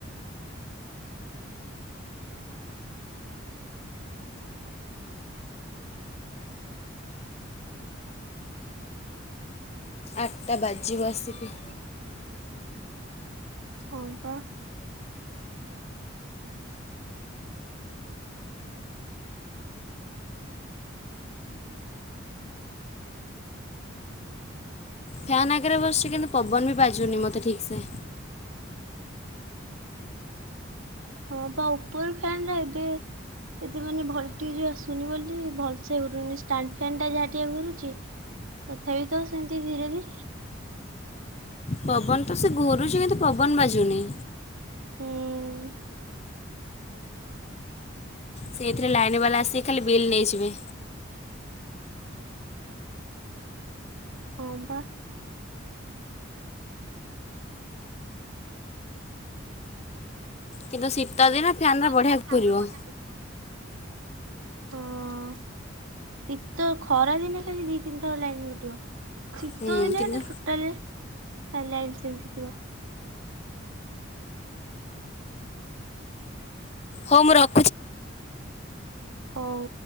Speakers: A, on the left (about 30°); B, on the right (about 80°).
A: ଆଠଟା ବାଜିିବ ଆସିକି।
B: ହଁ ପା।
A: ଫ୍ୟାନ୍ ଆଗରେ ବସିଛି କିନ୍ତୁ ପବନ ବି ବାଜୁନି ମତେ ଠିକ ସେ।
B: ହଁ ପା ଉପର ଫ୍ୟାନ୍ ଟା ଏବେ ଏତେ ମାନେ ଭୋଲ୍ଟେଜ ଆସୁନି ବୋଲି ଭଲସେ ଘୁରୁନି ଷ୍ଟାଣ୍ଡ ଫ୍ୟାନ୍ ଟା ଯାହା ଟିକେ ଘୁରୁଚି। ତଥାପି ତ ସେମିତି ଧୀରେ ଧୀରେ।
A: ପବନ ତ ସେ ଘୁରୁଚି କିନ୍ତୁ ପବନ ବାଜୁନେଇ।
B: ଉଁ
A: ସେଇଥିରେ ଲାଇନ ବାଲା ଆସିକି ଖାଲି ବିଲ୍ ନେଇଯିବେ।
B: ହଁ ବା।
A: କିନ୍ତୁ ଶୀତ ଦିନ ଫ୍ୟାନ୍ର
B: ହଁ।
A: ବଢ଼ିଆ ଘୁରିବ
B: ଶୀତ ଖରା ଦିନେ ଖାଲି ଦି ତିନି ଥର ଲାଇନ୍ କଟିବ। ଶୀତ
A: ହୁଁ
B: ଦିନ
A: କିନ୍ତୁ
B: ହେଲେ ଟୋଟାଲେ ଆ ଲାଇନ୍ ସେମିତି ଥିବ।
A: ହଉ ମୁଁ ର
B: ହଉ।